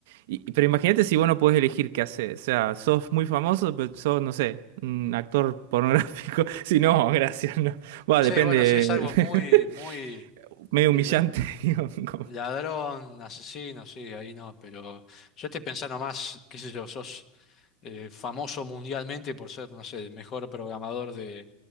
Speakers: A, on the right (about 55°); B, on the left (about 25°).
A: Y, y- pero imagínate si vos no podés elegir qué hacer. O sea, sos muy famoso, pero sos, no sé, un actor pornográfico. <laughs> Si no, gracias, no. Va,
B: Sí,
A: depende.
B: bueno, si es algo muy,
A: <laughs>
B: muy,
A: Medio
B: qué
A: humillante,
B: sé yo,
A: <laughs> digo, como-
B: ladrón, asesino, sí, ahí no, pero yo estoy pensando más, qué sé yo, sos eh, famoso mundialmente por ser, no sé, el mejor programador de,